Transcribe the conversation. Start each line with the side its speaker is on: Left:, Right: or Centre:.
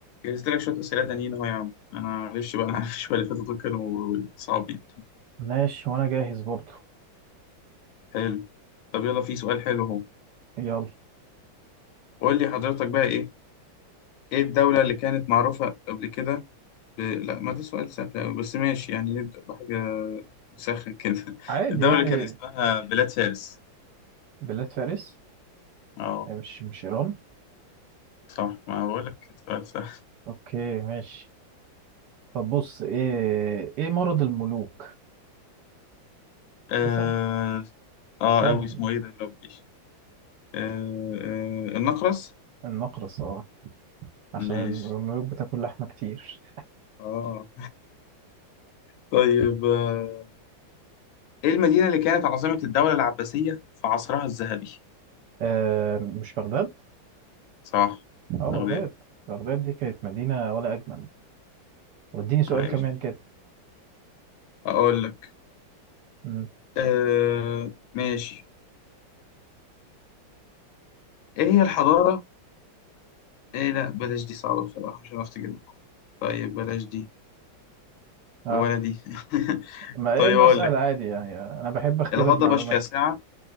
Left: جهزت لك شوية أسئلة تانيين أهو يا عم أنا معلش بقى أنا <laughs> عارف شوية اللي فاتوا دول كانوا صعبين
Right: ماشي وانا جاهز برضو
Left: حلو طب يلا في سؤال حلو أهو
Right: يلا
Left: قول لي حضرتك بقى إيه إيه الدولة اللي كانت معروفة قبل كده ب... لا ما ده سؤال سهل أوي بس ماشي يعني نبدأ بحاجة سهلة كده <laughs>
Right: عادي
Left: الدولة
Right: يعني
Left: اللي كان اسمها بلاد فارس
Right: بلاد فارس
Left: أه
Right: يعني مش مش ايران
Left: صح ما بقول لك سؤال سهل
Right: اوكي ماشي طب بص ايه ايه مرض الملوك
Left: آه
Right: ده سهل
Left: آه
Right: سهل
Left: أوي اسمه إيه ده يا ربي آه... آه... النقرس
Right: النقرس اه عشان
Left: ماشي
Right: الملوك بتاكل لحمة كتير
Left: أه طيب آه، ايه المدينة اللي كانت عاصمة الدولة العباسية في عصرها الذهبي؟
Right: آه مش بغداد
Left: صح
Right: اه
Left: بغداد
Right: بغداد بغداد دي كانت مدينة ولا اجمل واديني سؤال
Left: عايش
Right: كمان كده
Left: أقول لك
Right: مم.
Left: آه ماشي إيه هي الحضارة؟ إيه لأ بلاش دي صعبة بصراحة مش عرفت أجيبها طيب بلاش دي
Right: اه
Left: ولا دي <laughs>
Right: ما ايه
Left: طيب
Right: ما
Left: أقول
Right: اسال
Left: لك
Right: عادي يعني آه، انا بحب اختبر
Left: الهضبة
Right: معلوماتي
Left: الشاسعة